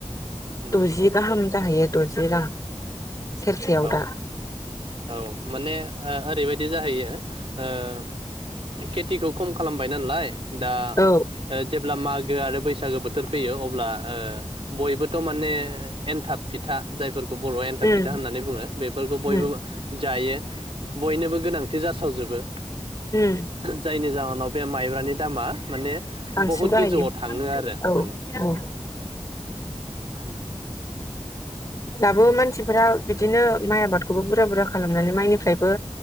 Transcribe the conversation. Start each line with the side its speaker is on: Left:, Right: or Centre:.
Right: उम
Left: द'जि गाहाम जाहैयो। दजि रां। सेरसेयाव
Right: औ
Left: दा
Right: औ माने ओरैबायदि जाहै हैयो। ओ के थिखौ खम खालामबाय नालाय दा
Left: औ
Right: ओ जेब्ला मा गो आरो बैसागो बोथोर फैयो अब्ला बयबोथ' माने एनथाब फिथा जायफोरखौ बर'आ एनथाब
Left: उम
Right: फिथा होननानै बेफोरखौ बयबो
Left: उम
Right: जायो बयनो बो गोनांथि जासावजोबो।
Left: उम
Right: जायनि जाउन बे माइब्रानि दामा माने
Left: बांसिन
Right: बुहुत
Left: जाहैयो
Right: गोजौआव थाङो आरो
Left: औ
Right: माने।
Left: औ
Right: उम।
Left: दाबो मानसिफोरा बिदिनो माइ आबादखौबो बुरजा बुरजा खालामनानै माइनिफ्रायबो